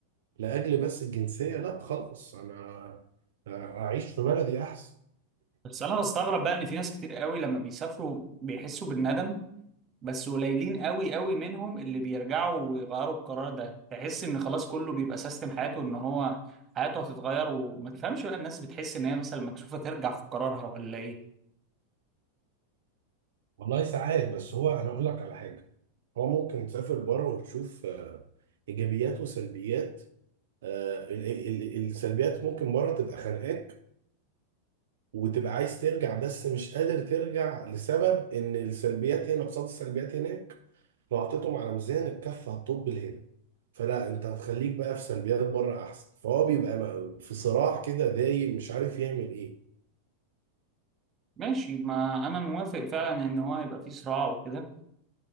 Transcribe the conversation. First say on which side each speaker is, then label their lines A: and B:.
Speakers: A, on the right (about 55°); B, on the right (about 25°).
A: لاجل بس الجنسيه لا خلاص انا اعيش في بلدي احسن
B: بس أنا بستغرب بقى إن في ناس كتير قوي لما بيسافروا بيحسوا بالندم بس قليلين قوي قوي منهم اللي بيرجعوا ويغيروا القرار ده تحس إن خلاص كله بيبقى سيستم حياته إن هو حياته هتتغير وما تفهمش بقى الناس بتحس إن هي مثلا مكسوفة ترجع في قرارها ولا إيه
A: والله ساعات بس هو انا اقول لك على حاجه هو ممكن تسافر بره وتشوف آه، ايجابيات وسلبيات آه، ال- ال- ال- السلبيات ممكن بره تبقى خانقاك وتبقى عايز ترجع بس مش قادر ترجع لسبب ان السلبيات هنا قصاد السلبيات هناك لو حطيتهم على ميزان الكف هتطب لهنا فلا انت هتخليك بقى في سلبيات بره احسن فهو بيبقى م- في صراع كده دايم مش عارف يعمل ايه
B: ماشي ما أنا موافق فعلا إن هو يبقى في صراع وكده